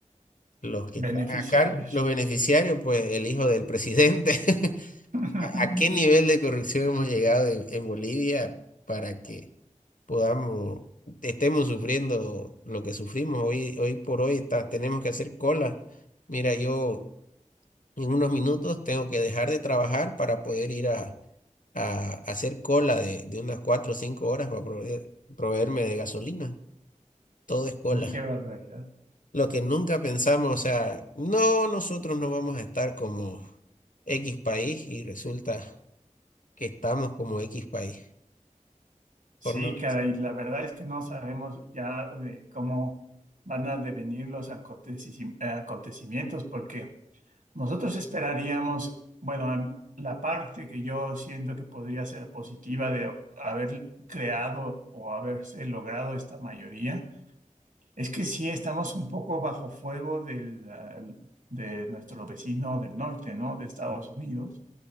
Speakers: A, on the left; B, on the right.
A: los que están
B: Beneficiarios.
A: a cargo? Los beneficiarios, pues el hijo del presidente. <laughs>
B: <laughs>
A: ¿A, a qué nivel de corrupción hemos llegado en, en Bolivia para que podamos, estemos sufriendo lo que sufrimos hoy, hoy por hoy? está- tenemos que hacer cola. Mira, yo... En unos minutos tengo que dejar de trabajar para poder ir a, a hacer cola de, de unas cuatro o cinco horas para proveer- proveerme de gasolina. Todo es cola.
B: Qué barbaridad.
A: Lo que nunca pensamos, o sea, no, nosotros no vamos a estar como X país y resulta que estamos como X país.
B: Sí,
A: Por no decir,
B: caray, la verdad es que no sabemos ya de cómo van a devenir los aconteci- eh, acontecimientos, porque nosotros esperaríamos, bueno, a- la parte que yo siento que podría ser positiva de haber creado o haberse logrado esta mayoría. Es que sí estamos un poco bajo fuego del, ah, de nuestro vecino del norte, ¿no? De Estados Unidos,